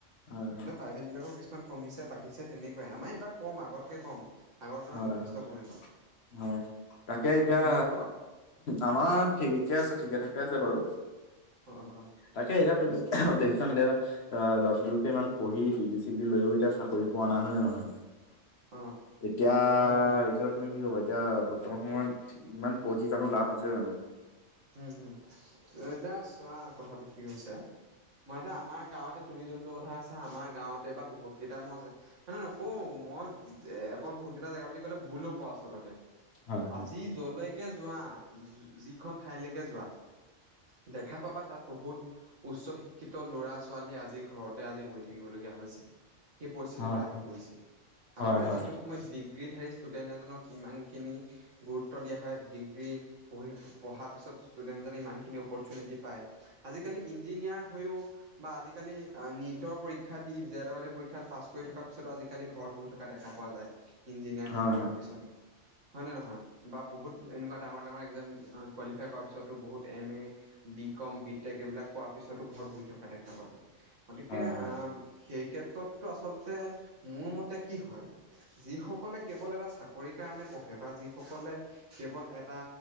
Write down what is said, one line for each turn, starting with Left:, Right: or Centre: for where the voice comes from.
Left: হয়, হয়,
Right: প্ৰাইভেট বিলাকৰ কিছু মান কমিছে বাঢ়িছে তেনেকুৱাই আমাৰ এইবাৰ কম আগতকে কম। আগৰ তুলনাত
Left: হয়
Right: যথেষ্ট
Left: হয়,
Right: কম এইবাৰ
Left: হয় তাকে এতিয়া
Right: তোমালোকৰ
Left: আমাৰ ঠিকে আছে ঠিকে ঠাকে আছে বাৰু,
Right: অ অ
Left: তাকে এতিয়া তুমি দেখিছা ন দেয়া আহ ল'ৰা ছোৱালীকে ইমান পঢ়ি ডিগ্ৰী চিগ্ৰী লৈও এতিয়া চাকৰি পোৱা নাই হয়নে নহয়?
Right: অ'
Left: এতিয়া
Right: হয় হয়
Left: এই
Right: হয়
Left: ক্ষেত্ৰত তুমি কি কবা? এতিয়া বৰ্তমান সময়ত ইমান পঢ়ি জানো লাভ আছে জানো।
Right: উম হুম, এতিয়া চোৱা কথাটো কি হৈছে। মই এতিয়া আমাৰ গাঁৱতে তুমি যোনটো কথা আছা আমাৰ গাঁৱতে বা বহুত কেইটা মইযে মানে নকওঁ মই অকল বহুত কেইটা জেগা বুলি ক'লে ভুল হব আচলতে।
Left: হয়
Right: আজি যলৈকে যোৱা যিখন ঠাইলৈকে যোৱা। দেখা পাবা তাত বহুত উচ্চ শিক্ষ ক্ষিত ল'ৰা ছোৱালী আজি ঘৰতে আজি বহি থাকিবলগীয়া হৈছে সেই পৰিস্থিতিটো
Left: হয়
Right: আহি পৰিছে।
Left: হয়
Right: আগতে
Left: হয়
Right: যিটো সময়ত দিগ ডিগ্ৰীধাৰী ষ্টুডেণ্ট এজনক কিমানখিনি গুৰুত্ব দিয়া হয় ডিগ্ৰী পঢ়ি পঢ়াৰ পিছত ষ্টুডেণ্ট এজনে ইমানখিনি অপৰচুনিটি পায় আজিকালি ইঞ্জিনিয়াৰ হৈও বা আজিকালি নিটৰ পৰীক্ষা দি জে ডবেল ই পৰীক্ষাত পাছ কৰি থকাৰ পিছতো আজিকালি ঘৰত বহি থকা দেখা পোৱা যায় ইঞ্জিনিয়াৰ
Left: হয়
Right: পঢ়ি অহা। পিছতো হয়নে নহয় বা বহুত এনেকুৱা ডাঙৰ ডাঙৰ এক্জাম কোৱালিফাই কৰাৰ পিছতো বহুত M A B com B tech এইবিলাক কৰা পিছতো ঘৰত বহি থকা দেখা পোৱা যায় গতিকে
Left: হয়
Right: আহ
Left: হয়
Right: সেই ক্ষেত্ৰতটো আচলতে মোৰ মতে কি হয়। যিসকলে কেৱল এটা চাকৰি কাৰণে পঢ়ে বা যিসকলে কেৱল এটা